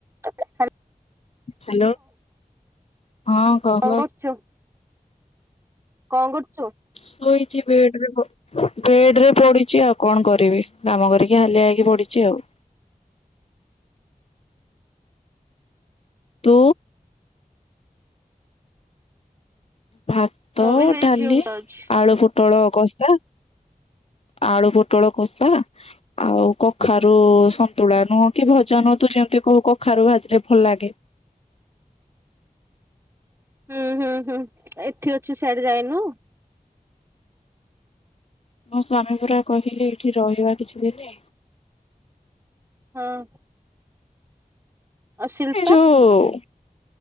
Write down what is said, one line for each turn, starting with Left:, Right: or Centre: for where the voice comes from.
Right: ହ <unintelligible>
Left: ହ୍ୟାଲୋ। ହଁ, କହ।
Right: କଣ କରୁଛୁ କଣ କରୁଛୁ?
Left: ଶୋଇଛି ବେଡରେ ବେଡ ରେ ପଡିଛି ଆଉ କଣ କରିବି? କାମ କରିକି ହାଲିଆ ହେଇକି ପଡିଛି ଆଉ। ତୁ? ଭାତ,
Right: ମୁଁ ବି ସେଇ
Left: ଡାଲି,
Right: ଝିଅକୁ ଯାଉଛି।
Left: ଆଳୁ ପୋଟଳ କଷା ଆଳୁ ପୋଟଳ କଷା ଆଉ କଖାରୁ ସନ୍ତୁଳା ନୁହଁ କି, ଭଜା ନୁହଁ ତୁ ଯେମତି କହୁ କଖାରୁ ଭାଜିଲେ ଭଲ ଲାଗେ।
Right: ହୁଁ ହୁଁ ହୁଁ ଏଠି ଅଛୁ ସଆଡେ ଯାଇନୁ?
Left: ମୋ ସ୍ଵାମୀ ପରା କହିଲେ ଏଇଠି ରହିବା କିଛି ଦିନି
Right: ହଁ ଆଉ ଶିଳ୍ପା
Left: ଯୋଉ